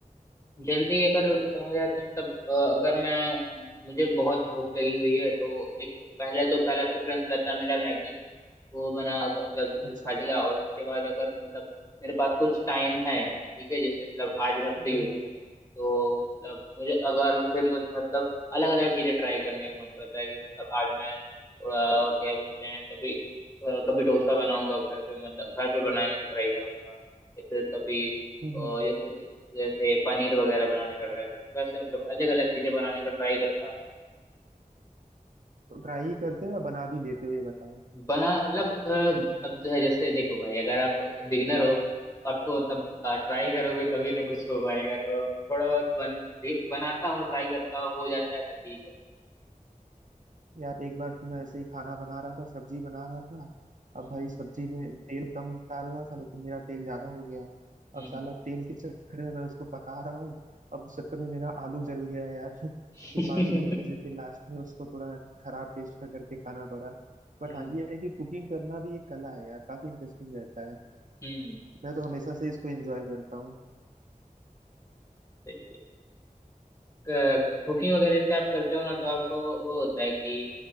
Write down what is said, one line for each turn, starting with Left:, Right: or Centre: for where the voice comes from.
Left: जल्दी अगर कहा जाए तो मतलब अ, अगर मैं मुझे बहुत भूख लगी हुई है तो एक पहले तो पहला प्रेफरेंस रहता है मेरा मैगी वो बना अगर जल-
Right: अच्छा
Left: खा लिया और उसके बाद अगर मतलब मेरे पास कुछ टाइम है ठीक है जैसे मतलब आज मैं
Right: हाँ,
Left: फ्री हूँ
Right: हाँ,
Left: तो मतलब मुझे अगर फिर मुझे मतलब अलग अलग चीजें ट्राई करने का मन करता है कि मतलब आज मैं थोड़ा क्या बोलते हैं कभी अ, कभी डोसा बनाऊंगा घर पे मतलब घर पे बनाने का ट्राई करूंगा या फिर कभी
Right: हम्म
Left: अ,
Right: हम्म
Left: जैसे जैसे पनीर वगैरह बनाने का ट्राई करूंगा ऐसे मतलब अलग अलग चीजें बनाने का ट्राई करता रहता हूँ
Right: तो ट्राई ही करते हो या बना भी लेते हो ये बताओ
Left: बना मतलब अ, अब जो है जैसे देखो भाई अगर आप बिगिनर हो तो आपको मतलब ट्राई करोगे तभी ना कुछ हो पाएगा तो अब थोड़ा बहुत बन भी- बनाता हूँ ट्राई करता हूँ हो जाता है तो ठीक है
Right: यार एक बार तो मैं ऐसे ही खाना बना रहा था सब्जी बना रहा था अब
Left: हम्म
Right: भाई सब्जी में तेल कम डालना था लेकिन मेरा तेल ज्यादा हो गया अब
Left: हम्म
Right: साला तेल के चक्कर में मैं उसको पका रहा हूँ अब उस चक्कर में मेरा आलू जल गया यार <laughs> फिर
Left: हम्म
Right: फालतू में मुझे फिर लास्ट में उसको थोड़ा खराब टेस्ट का करके खाना पड़ा बट
Left: हम्म,
Right: हाँ ये है कि कुकिंग करना भी एक कला है यार काफी इंटरेस्टिंग रहता है
Left: हम्म,
Right: मैं तो हमेशा से इसको एंजॉय करता हूँ
Left: सही है कुकिंग वगैरह से आप करते हो ना तो आपको वो होता है कि